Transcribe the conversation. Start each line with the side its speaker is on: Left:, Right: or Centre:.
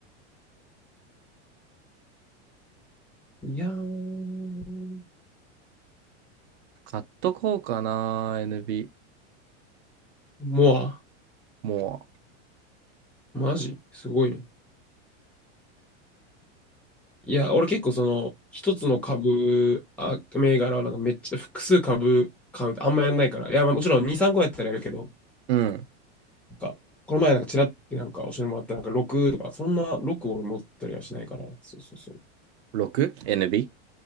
Centre: いやー。
Right: 買っとこうかな、n a
Centre: モア
Right: も
Centre: マジすごいね。いや、俺結構その、一つの株、あ、銘柄はなんかめっちゃ複数株買うってあんまやんないから。いや、まあもちろん2、3個やったらやるけど、
Right: う。うん。
Centre: なんか、この前なんかちらってなんか教えてもらったなんか6とか、そんな6を俺持ったりはしないから。そうそうそう。
Right: 6?NB?